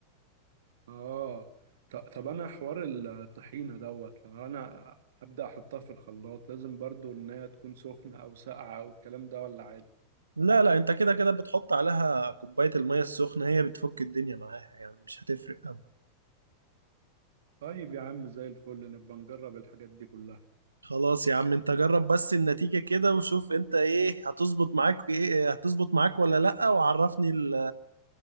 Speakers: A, on the right; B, on the right.
A: اه ط- طب انا حوار الطحينة دوت لو انا ابدأ احطها في الخلاط لازم برضو ان هي تكون سخنة او ساقعة او الكلام ده ولا عادي؟
B: لا لا انت كده كده بتحط عليها كوباية المية السخنة هي بتفك الدنيا معاها يعني مش هتفرق قوي
A: طيب يا عم زي الفل نبقى نجرب الحاجات دي كلها
B: خلاص يا عم انت جرب بس النتيجة كده وشوف انت ايه هتظبط معاك ايه هتظبط معاك ولا لأ وعرفني ال